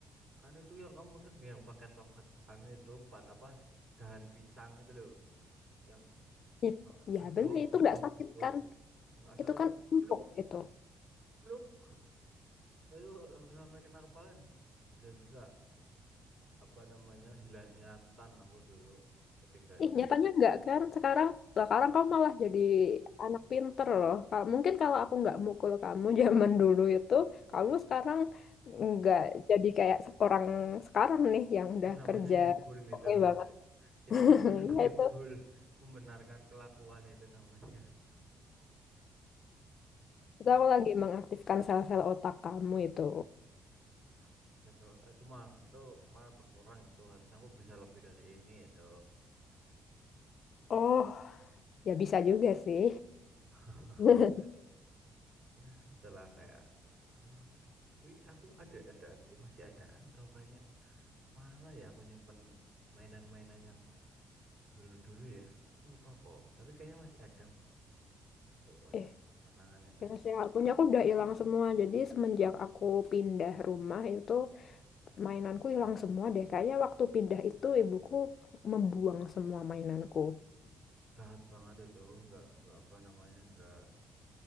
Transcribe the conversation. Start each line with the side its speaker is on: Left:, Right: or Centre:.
Right: kan itu yang kamu ingat nggak yang pakai tongkat anu itu buat apa dahan pisang itu loh yang
Left: It-
Right: uh,
Left: ya
Right: debok
Left: bener itu
Right: debok
Left: nggak sakit
Right: debok
Left: kan?
Right: yang nggak sakit
Left: Itu
Right: itu
Left: kan empuk
Right: pluk
Left: itu.
Right: pluk itu aku sampai kena kepala bisa-bisa apa namanya hilang ingatan aku dulu tapi enggak
Left: Ih,
Right: enggak
Left: nyatanya
Right: sih
Left: enggak kan? Sekarang, sekarang kamu malah jadi anak pinter loh. Ka- Mungkin kalau aku nggak mukul kamu <laughs> zaman dulu itu, kamu sekarang nggak jadi kayak orang sekarang nih yang
Right: itu
Left: udah
Right: namanya
Left: kerja
Right: ngibul
Left: oke
Right: itu
Left: banget.
Right: itu
Left: <laughs>
Right: namanya
Left: Iya
Right: ngibul
Left: itu,
Right: membenarkan kelakuan itu namanya
Left: itu aku lagi mengaktifkan sel-sel otak kamu itu.
Right: enggak lah cacat otak itu mah itu malah berkurang itu harusnya aku bisa lebih dari ini itu
Left: Oh, ya bisa juga sih.
Right: <laughs>
Left: <laughs>
Right: ya itulah kayak ah, tapi aku ada ada eh, masih adaan atau kayaknya kemana ya aku nyimpen mainan-mainan yang dulu-dulu ya aku lupa kok tapi kayaknya masih ada kok itu waduh
Left: Eh,
Right: kenangan itu
Left: terus ya, punya aku udah hilang semua. Jadi semenjak aku pindah rumah itu. mainanku hilang semua deh. Kayaknya waktu pindah itu ibuku membuang semua mainanku.
Right: Jahat banget itu, nggak nggak apa namanya, nggak